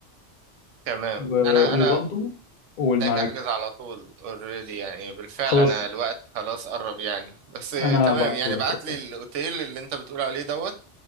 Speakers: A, on the right; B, on the left.
A: تمام
B: و-
A: انا
B: وبرضو
A: انا
B: قول
A: محتاج
B: معاك
A: احجز على طول اوريدي يعني بالفعل
B: خلاص
A: انا الوقت خلاص قرب يعني بس آه،
B: انا
A: تمام
B: هبعته
A: يعني
B: لك
A: بعت
B: اوكي
A: لي الاوتيل اللي انت بتقول عليه دوت